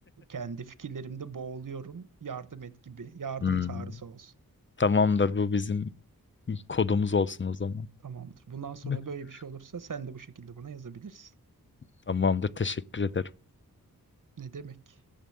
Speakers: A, on the right; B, on the left.
A: Kendi fikirlerimde boğuluyorum. Yardım et gibi. Yardım
B: hmm.
A: çağrısı olsun.
B: Tamamdır bu bizim kodumuz olsun o zaman.
A: Tamamdır. Bundan sonra
B: <laughs>
A: böyle bir şey olursa sen de bu şekilde bana yazabilirsin.
B: Tamamdır teşekkür ederim.
A: Ne demek?